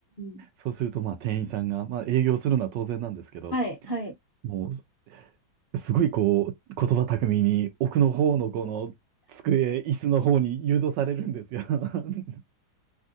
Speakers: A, on the left; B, on the right.
A: うん。
B: そうすると、まあ、店員さんが、まあ、営業するのは当然なんですけど、
A: はい、はい、
B: もう、すごいこう、言葉巧みに、奥の方のこの、机、椅子の方に誘導されるんですよ。<laughs>